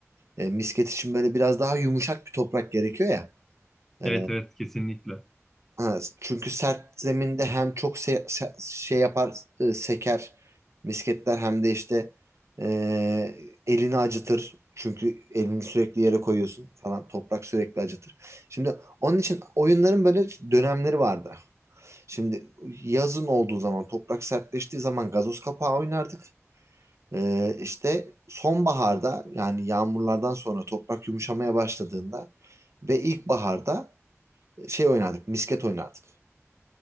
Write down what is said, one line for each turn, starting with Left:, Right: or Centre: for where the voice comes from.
Right: E, misket için böyle biraz daha yumuşak bir toprak gerekiyor ya. E,
Centre: Evet evet kesinlikle.
Right: Ha, çünkü sert zeminde hem çok se- se- şey yapar e, seker misketler hem de işte e, elini acıtır. Çünkü elini sürekli yere koyuyorsun falan. Toprak sürekli acıtır. Şimdi onun için oyunların böyle dönemleri vardı. Şimdi yazın olduğu zaman toprak sertleştiği zaman gazoz kapağı oynardık. E, işte sonbaharda yani yağmurlardan sonra toprak yumuşamaya başladığında ve ilkbaharda şey oynardık misket oynardık